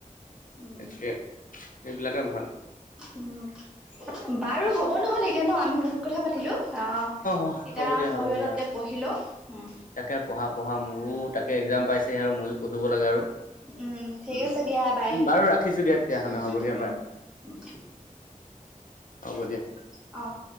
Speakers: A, in the centre; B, on the left (about 70°).
A: উম
B: তে এইবিলাকে ভাল
A: উম, বাৰু হ'ব নহলে এতিয়া ন আমি বহুত কথা পাতিলো অ,
B: অ
A: এতিয়া
B: হ'ব দিয়া হ'ব
A: ময়ো
B: দিয়া
A: অলপ দে পঢ়িলো উ।
B: তাকে পঢ়া, পঢ়া, মোৰো তাকে এক্জাম পাইছে <unintelligible> <unintelligible> পঢ়িব লাগে আৰু উ
A: উম ঠিক আছে দিয়া বাই
B: বাৰু ৰাখিছো দিয়া তেতিয়াহলে
A: উম
B: হ'ব
A: উম
B: দিয়া বাৰ
A: উম,
B: হব দিয়া।
A: অ',